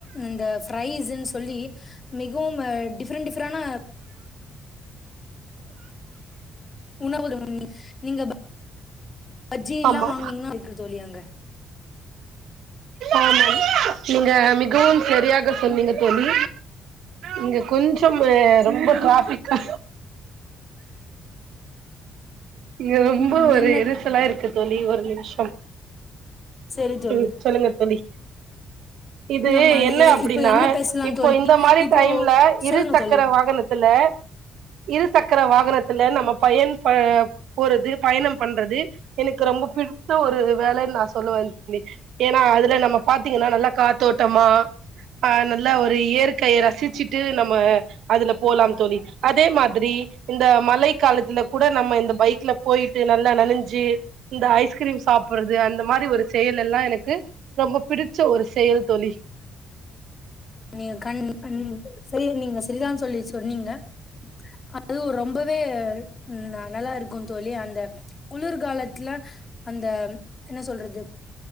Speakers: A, on the left; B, on the right.
A: இந்த ஃரைஸ்ன்னு சொல்லி மிகவும் டிஃபரெண்ட் டிஃபரெண்டா உணவுகள் <inaudible> நீங்க ப பஜ்ஜி எல்லா
B: ஆமா
A: வாங்குனீங்கன்னா இருக்கு தோழி அங்க
B: ஆமாம் நீங்க மிகவும் சரியாக சொன்னீங்க தோழி இங்க கொஞ்சம் ரொம்ப டிராஃப்பிக்கா இங்க ரொம்ப
A: ம்
B: ஒரு
A: என்ன
B: இருசலா இருக்கு தோழி ஒரு நிம்ஷம்
A: செரி தோழி
B: ம் சொல்லுங்க தோழி இது
A: நம்ம
B: என்ன அப்டின்னா
A: இப்ப என்ன பேசலா
B: இப்போ
A: தோழி
B: இந்த மாரி
A: இப்போ
B: டைம்ல இரு
A: சொல்லுங்க
B: சக்கர
A: தோழி
B: வாகனத்துல இரு சக்கர வாகனத்துல நம்ம பயன் ப போறது பயணம் பண்றது எனக்கு ரொம்ப பிடித்த இது ஒரு வேலன்னு நா சொல்லுவன் தோழி ஏன்னா அதுல நம்ம பாத்தீங்கன்னா நல்லா காத்தோட்டமா ஆ நல்லா ஒரு இயற்கைய ரசுச்சுட்டு நம்ம அதுல போலாம் தோழி அதே மாதிரி இந்த மழை காலத்துல கூட நம்ம இந்த பைக்ல போய்ட்டு நல்லா நனஞ்சு இந்த ஐஸ்கிரீம் சாப்பற்றது அந்த மாரி ஒரு செயல் எல்லா எனக்கு ரொம்ப பிடிச்ச ஒரு செயல் தோழி
A: நீங்க கண் <inaudible> சேரி நீங்க சரிதான் தோழி சொன்னீங்க அது ரொம்பவே ம் நல்லா இருக்கு தோழி அந்த குளுர்காலத்தில் ல அந்த என்ன சொல்றது